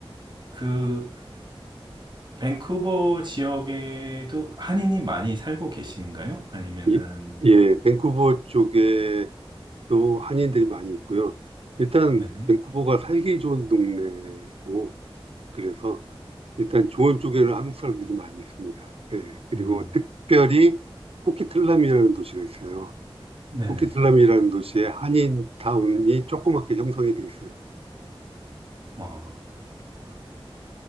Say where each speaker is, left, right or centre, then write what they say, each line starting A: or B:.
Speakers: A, on the right; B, on the right.
A: 그, 밴쿠버 지역에도 한인이 많이 살고 계신가요? 아니면은,
B: 이- 예, 밴쿠버 쪽에도 한인들이 많이 있고요. 일단,
A: 네네.
B: 밴쿠버가 살기 좋은 동네고, 그래서 일단 좋은 쪽에는 한국 사람들이 많이 있습니다. 예, 그리고
A: 음.
B: 특별히 쿠키틀람이라는 도시가 있어요.
A: 네네.
B: 쿠키슬람이라는 도시에 한인 타운이 조그맣게 형성이 돼 있어요.
A: 아, 아.